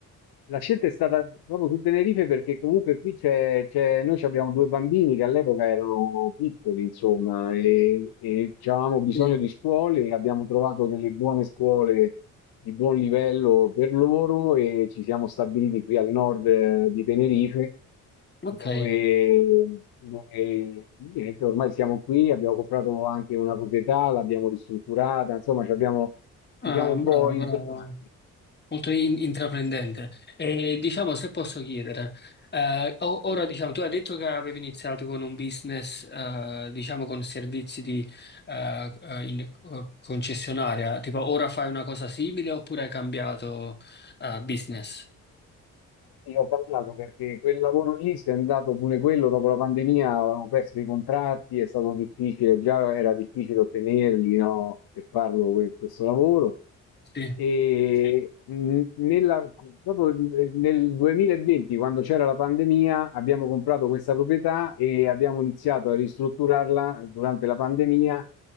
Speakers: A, on the left; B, on the left.
A: la scelta è stata proprio su Tenerife perché comunque qui c'è, c'è- noi ci abbiamo due bambini che all'epoca erano piccoli, insomma, e, e avevamo bisogno
B: Sì.
A: di scuole e abbiamo trovato delle buone scuole di buon livello per loro e ci siamo stabiliti qui al nord eh, di Tenerife
B: Ok,
A: dove, dove niente, ormai siamo qui, abbiamo comprato anche una proprietà, l'abbiamo ristrutturata, insomma, ci abbiamo
B: Ah,
A: Diciamo un
B: bravo,
A: po' internati.
B: bravo. Molto in- intraprendente. E diciamo, se posso chiedere, eh, o- ora diciamo, tu hai detto che avevi iniziato con un business, eh, diciamo, con servizi di eh, eh, in- eh, concessionaria, tipo ora fai una cosa simile oppure hai cambiato eh, business?
A: Sì, ho cambiato perché quel lavoro lì si è andato pure quello dopo la pandemia, avevamo perso i contratti, è stato difficile, già era difficile ottenerli, no, per farlo que- questo lavoro.
B: Sì.
A: E mh, nella- proprio nel 2020, quando c'era la pandemia, abbiamo comprato questa proprietà e abbiamo iniziato a ristrutturarla durante la pandemia